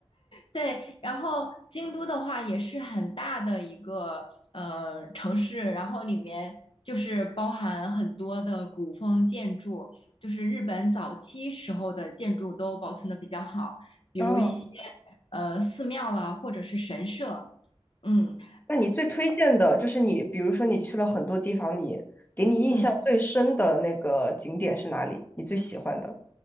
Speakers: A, on the left (about 60°); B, on the left (about 20°).
A: 对，然后京都的话也是很大的一个呃城市，然后里面就是包含很多的古风建筑，就是日本早期时候的建筑都保存的比较好，比如一些
B: 嗯，
A: 呃寺庙啦，或者是神社，嗯
B: 那你最推荐的就是你，比如说你去了很多地方，你给你印象最深的那个景点是哪里？
A: 嗯
B: 你最喜欢的？